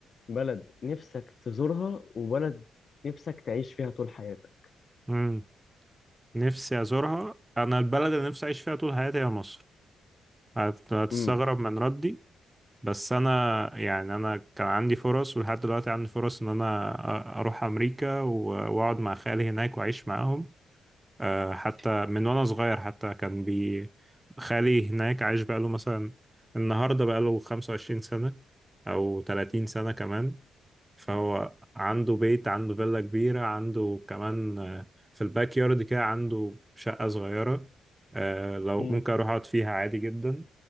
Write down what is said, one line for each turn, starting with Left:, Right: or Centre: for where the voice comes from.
Left: بلد نفسك تزورها وبلد نفسك تعيش فيها طول حياتك
Right: مم. نفسي أزورها أنا البلد اللي نفسي أعيش فيها طول حياتي هي مصر هت- هتستغرب
Left: امم
Right: من ردي بس أنا يعني أنا كان عندي فرص ولحد دلوقتي عندي فرص إن أنا أ- أروح أمريكا و- وأقعد مع خالي هناك وأعيش معاهم آه، حتى من وانا صغير حتى كان بي خالي هناك عايش بقاله مثلا النهارده بقاله 25 سنة او 30 سنة كمان فهو عنده بيت عنده فيلا كبيرة عنده كمان آه، في الباك يارد كده عنده شقة صغيرة آه، لو
Left: مم.
Right: ممكن اروح اقعد فيها عادي جدا